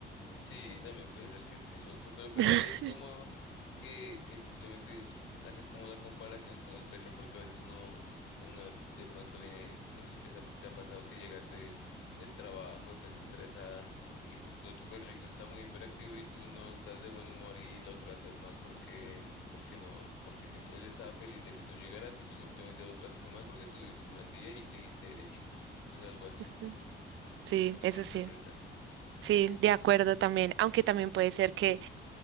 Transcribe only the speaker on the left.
Sí, también puede ser que esté loco, pero, pero
ahí es como que, que simplemente hace como la comparación con el perro, porque a veces uno, uno de, de pronto viene, no sé si te, sa- te ha pasado que llegas de, del trabajo, estás estresada y justo tu perrito está muy hiperactivo y tú no estás de buen humor y lo tratas mal porque, porque no, porque sim- él estaba feliz de que tú llegaras y tú simplemente lo trataste mal porque tuviste un mal día y seguiste derecho. Entonces algo así,
siento
que interpreta.